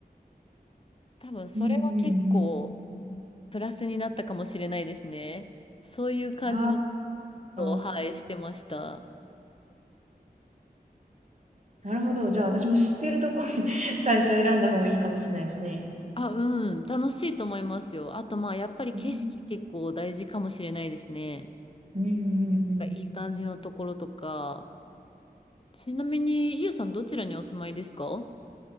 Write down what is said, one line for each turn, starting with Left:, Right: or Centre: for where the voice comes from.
Left: 多分それは結構
Right: うんうん
Left: プラスになったかもしれないですね。そういう感じのこ
Right: うん。
Left: とを、はい、
Right: ああ、
Left: してました。
Right: なるほど。じゃあ私も知ってるとこ <laughs> 最初選んだ方がいいかもしれないですね。
Left: あ、うん、楽しいと思いますよ。あと、まあ、やっぱり景色結構大事かもしれないですね。
Right: うん。うんうん
Left: いい感じのところとか。ちなみに、ゆうさんどちらにお住まいですか